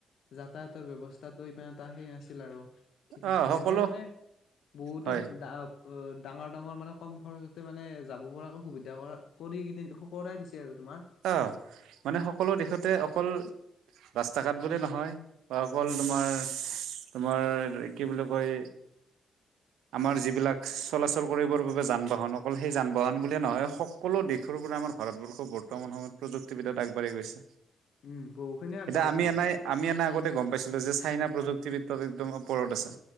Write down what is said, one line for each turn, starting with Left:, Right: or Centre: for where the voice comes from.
Left: যাতায়াতৰ ব্যৱস্থাটো ইমান এটা সেই নাছিল আৰু ঠিক
Right: অ
Left: নাছিলে,
Right: সকলো
Left: এতিয়া মানে বহুতো
Right: হয়
Left: ডা অ, ডাঙৰ-ডাঙৰ মানে কম খৰচতে মানে যাব পৰাকৈ সুবিধা কৰা কৰি কিনে সকৰাই দিছে আৰু তোমাৰ।
Right: অ, মানে সকলো দিশতে অকল ৰাস্তা-ঘাট বুলি নহয় বা অকল
Left: উম
Right: তোমাৰ, তোমাৰ কি বুলি কয় আমাৰ
Left: উম
Right: যিবিলাক চলাচল কৰিবৰ বাবে যান-বাহন অকল সেই যান-বাহন বুলিয়ে নহয় সকলো দিশ শৰো পৰা আমাৰ ভাৰতবৰ্ষ বৰ্তমান সময়ত প্ৰযুক্তি বিদ্যাত আগবাঢ়ি গৈছে।
Left: উম বহুখিনি আগবাঢ়িছে
Right: এতিয়া আমি
Left: আৰু
Right: এনাই আমি এনাই আগতে গম পাইছিলো যে চাইনা প্ৰযুক্তি বিদ্যাত একদম ওপৰত আছে।